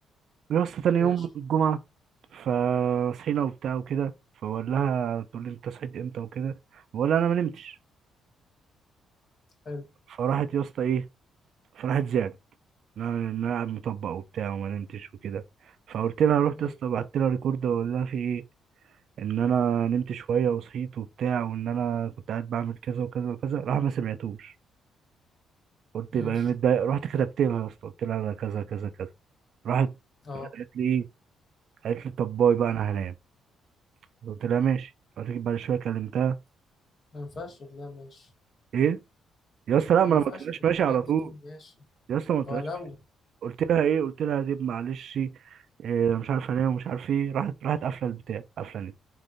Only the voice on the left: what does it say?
ماشي
حلو
مم.
ماشي
اه
ما ينفعش تقول لا ماشي
ما ينفعش
في الحالات
دي
تقول ماشي
هو لو